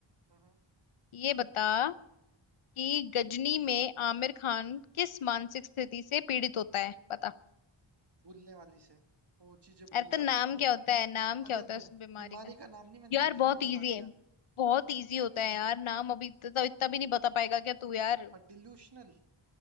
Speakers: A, on the right; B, on the left.
A: हम्म
B: ये बता कि गजनी में आमिर खान किस मानसिक स्थिति से पीड़ित होता है बता
A: भूलने वाली से वो चीजें भूल
B: अरे
A: जाता
B: तो नाम
A: था
B: क्या
A: वो
B: होता है नाम क्या
A: अब यार
B: होता
A: बी-
B: है उस बीमारी
A: बीमारी
B: का
A: का नाम नहीं मैंने
B: यार
A: हिंदी में
B: बहुत
A: बता
B: इजी
A: दिया
B: है बहुत इजी होता है यार नाम अभी तो, तो इतना भी नहीं बता पाएगा क्या तू यार
A: और डिल्यूशनल